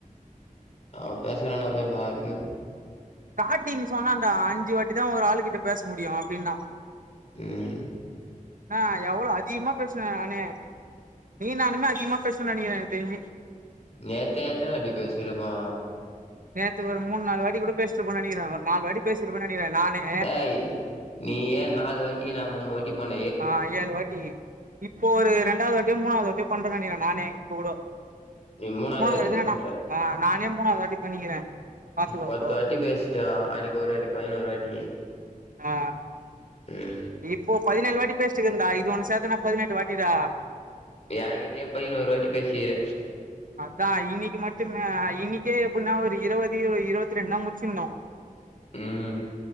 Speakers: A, on the left (about 50°); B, on the right (about 70°).
A: ஆ பேசா ரன ப ப <unintelligible>
B: ஸ்டார்டிங் சொன்னாண்டா அஞ்சு வாட்டி தா ஒரு ஆளு கிட்ட பேச முடியு அப்டின்னா
A: ம்
B: நா எவ்ளோ அதிகமா பேசினே நானே நீ நானுமே அதிகமா பேச நெனைக்கிறே எனக்கு தெரிஞ்சி
A: நேத்தே எத்தன வாட்டி பேசிருப்போ
B: நேத்து ஒரு மூண் நாலு வாட்டி கூட பேசட்டு போ நெனக்கிறே ஒரு நாலு வாட்டு பேசிருப்பன்னு நெனைக்கிறே நானு
A: டேய் நீ ஏ நாலு வாட்டி நா மூணு வாட்டி பண்
B: ஆ ஏ ஏழு வாட்டி இப்போ ஒரு ரெண் ரெண்டாவது வாட்டியோ மூணாவது வாட்டியோ பண்றனு நெனைக்கிறே நானே இப்ப கூட
A: நீ
B: மூணாவது
A: வாட்டி
B: வாட்டினா
A: பண்ற
B: நா ஆ நானே மூணாவது வாட்டி பண்ணிக்கிறே பாத்துக்கோ
A: பத்து
B: அப்போ
A: வாட்டி பேசிட்டா அன்னைக்கு ஒரு வாட்டி பதினொரு வாட்டி
B: ஆ
A: ம்
B: இப்போ பதினேழு வாட்டி பேசிட்ருக்கண்டா இது ஒண்ணு சேத்தனா பதினெட்டு வாட்டிடா
A: ஏங்கிட்டயே பதினோறுவாட்டி பேசிக்கிர
B: அதா இன்னைக்கு மட்டும்மே இன்னைக்கே எப்புன்னா ஒரு இருவது இரு இருவத்தி ரெண்டு தா முச்சிருந்தோ
A: ம்